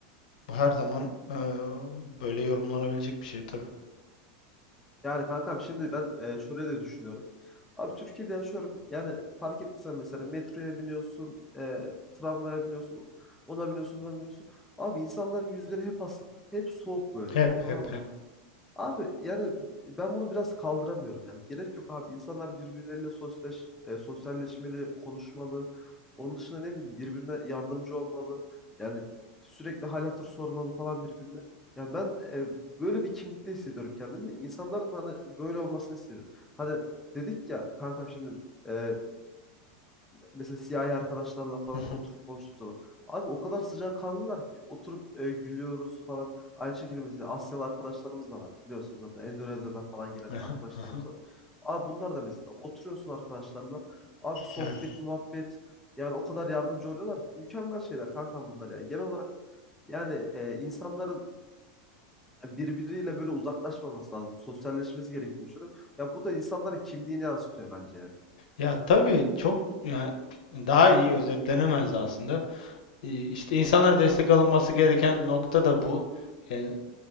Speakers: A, on the left; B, in the centre.
A: Bu her zaman e, böyle yorumlanabilecek bir şey tabii.
B: Yani kankam şimdi ben e, şöyle de düşünüyorum. Abi Türkiye'de yaşıyorum. Yani fark ettiysen mesela metroya biniyorsun, e, tramvaya biniyorsun, ona biniyorsun, buna biniyorsun. Abi insanların yüzleri hep asık, hep soğuk böyle.
A: <clears throat> Hep
B: Tamam
A: hep
B: mı?
A: hep.
B: Abi yani ben bunu biraz kaldıramıyorum yani. Gerek yok abi. İnsanlar birbirleriyle sosyaleş, e, sosyalleşmeli, konuşmalı. Onun dışında ne bileyim birbirine yardımcı olmalı. Yani sürekli hal hatır sormalı falan birbirine. Yani ben e, böyle bir kimlikte hissediyorum kendimi. İnsanların da hani böyle olmasını istiyorum. Hani dedik ya kankam şimdi e, mesela siyahi arkadaşlarla falan
A: Hı hı.
B: oturup konuştuğum zaman abi o kadar sıcakkanlılar ki oturup e, gülüyoruz falan. Aynı şekilde mesela Asyalı arkadaşlarımız da var. Biliyorsunuz zaten Endonezya'dan falan gelen
A: Aha,
B: arkadaşlarımız
A: aha.
B: var. Abi bunlar da mesela oturuyorsun arkadaşlarla. Abi sohbet,
A: Yani
B: muhabbet yani o kadar yardımcı oluyorlar ki mükemmel şeyler kankam bunlar yani. Genel olarak yani e, insanların birbiriyle böyle uzaklaşmaması lazım. Sosyalleşmesi gerektiğini düşünüyorum. Ya bu da insanların kimliğini yansıtıyor bence yani.
A: Ya tabii çok yani daha iyi özetlenemez aslında. Ee, İşte insanlara destek alınması gereken nokta da bu. Yani